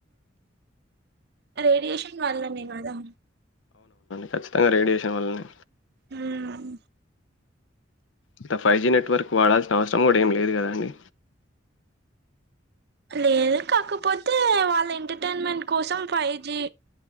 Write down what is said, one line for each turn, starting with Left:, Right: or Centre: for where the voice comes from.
Right: రే రేషన్ వాళ్ళనే కాదా
Left: కచ్చితంగా రేడియేశ ఎవల్నే
Right: ఉమ్
Left: ఇ ఫైవ్ జీ నెట్వర్క్ వాడాల్సిన అవసరం కూడా ఏం లేదు కదాండి
Right: లేదు కాకపోతే వాళ్ళ ఎంటర్టైన్మెంట్ కోసం ఫైవ్ జి